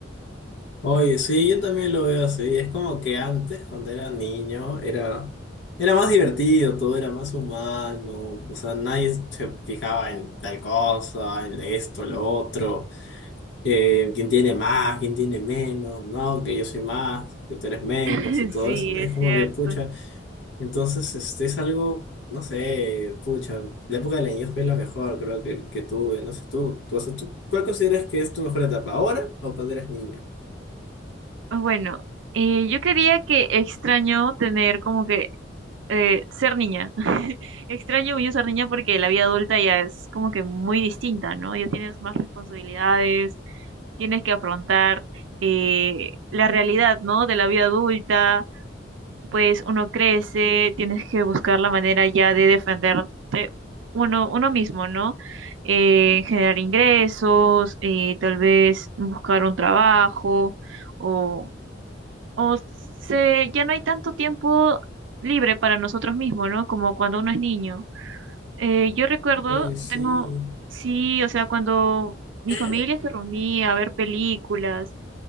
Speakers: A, on the left (about 70°); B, on the right (about 75°).
A: Oye, sí, yo también lo veo así. Es como que antes, cuando era niño, era, era más divertido, todo era más humano. O sea, nadie se fijaba en tal cosa, en esto, lo otro. Eh, quién tiene más, quién tiene menos, ¿no? Que yo soy más, que tú eres menos
B: <laughs>
A: y todo
B: Sí,
A: eso. Es
B: es
A: como
B: cierto.
A: que, pucha. Entonces, este es algo, no sé, pucha. La época de la niñez fue la mejor, creo que, que tuve. No sé, tú, tú, o sea, tú, ¿cuál consideras que es tu mejor etapa? ¿Ahora o cuando eras niña?
B: Bueno, eh, yo quería que extraño tener como que eh, ser niña. <laughs> Extraño mucho ser niña porque la vida adulta ya es como que muy distinta, ¿no? Ya tienes más responsabilidades, tienes que afrontar eh, la realidad, ¿no? De la vida adulta, pues uno crece, tienes que buscar la manera ya de defenderte uno, uno mismo, ¿no? Eh, generar ingresos, eh, tal vez buscar un trabajo o o se, ya no hay tanto tiempo libre para nosotros mismos, ¿no? Como cuando uno es niño. Eh, yo recuerdo,
A: Oye, sí.
B: tengo, sí, o sea, cuando mi
A: ¿Mm?
B: familia se reunía a ver películas.